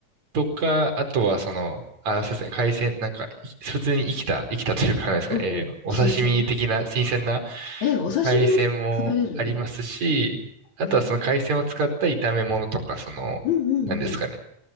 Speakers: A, on the right; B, on the left.
A: とか、あとはその、あ、そうですね、海鮮、なんか、い普通に生きた、生きたというか、なんですかね、
B: うんうん、
A: えーお刺身的な新鮮な
B: 新鮮な。えー、お刺身も食べれる
A: 海鮮もありますし、あとはその海鮮を使った炒め物とか、
B: うん、
A: その、
B: うんうんうん。
A: なんですかね、